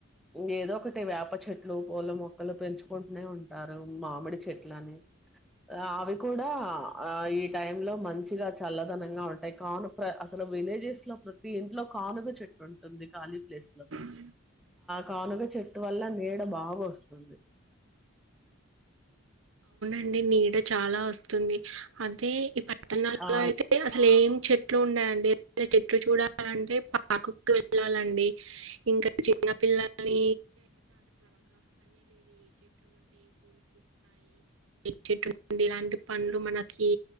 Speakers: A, in the centre; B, on the right.
A: ఏదో ఒకటి వేప చెట్లు పూల మొక్కలు పెంచుకుంటూనే ఉంటారు మామిడి చెట్లని ఆ అవి కూడా ఆ ఈ టైమ్ లో మంచిగా చల్లదనంగా ఉంటాయి కాను ప్ర అసలు విలేజెస్ లో ప్రతి ఇంట్లో కానుగ చెట్ ట్టుటుంది కాలీ ప్లేస్ లో
B: అ
A: కానుగ చెట్టు వల్ల నీడ బాగా వస్తుంది
B: అండి నీడ చాలా వస్తుంది అదే ఈ పట్టణాల్లో
A: ఆ
B: అయితే అసలు ఏం చెట్లు ఉండయండి చెట్లు చూడాలంటే పార్క్ కి వెళ్ళాలండి ఇంకా చిన్నపిల్లలు <unintelligible> చెట్టు నుండి ఎలాంటి పండ్లు మనకి